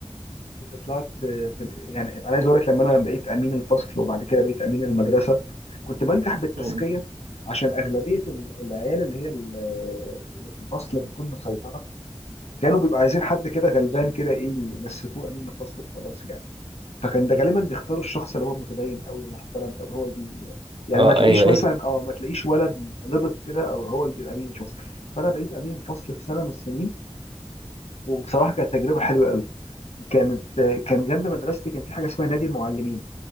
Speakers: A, on the left; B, on the right.
A: كنت طلعت في ال- يعني انا عايز اقول لك لما انا بقيت امين الفصل وبعد كده بقيت امين المدرسه كنت بنجح
B: <laughs>
A: بالتزكيه
B: م.
A: عشان اغلبيه ال- العيال اللي هي ال- اللي في الفصل بتكون مسيطره كانوا بيبقى عايزين حد كده غلبان كده ايه يمسكوه امين الفصل وخلاص يعني فكان ده غالبا بيختاروا الشخص اللي هو متدين قوي ومحترم قوي هو اللي بي يعني
B: آه،
A: ما تلاقيش
B: ايوه
A: مثلا
B: ايوه
A: اه ما تلاقيش ولد لبط كده او هو اللي بيبقى امين الفصل فانا بقيت امين الفصل في سنه من السنين وبصراحه كانت تجربه حلوه قوي كانت كان جنب مدرستي كان في حاجه اسمها نادي المعلمين